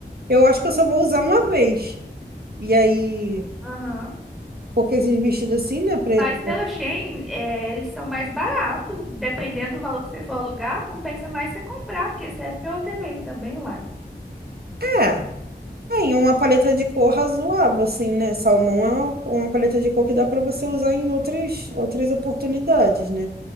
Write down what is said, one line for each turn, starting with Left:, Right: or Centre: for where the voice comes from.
Right: eu acho que eu só vou usar uma vez. E aí,
Centre: Aham.
Right: porque esses vestidos assim, né? pre-
Centre: Mas pela Shein, é, eles são mais baratos. Dependendo do valor que você for alugar, compensa mais você comprar, porque serve para outro evento também, uai.
Right: É, é, e uma paleta de cor razoável, assim, né? Salmão é uma, uma paleta de cor que dá para você usar em outras, outras oportunidades, né?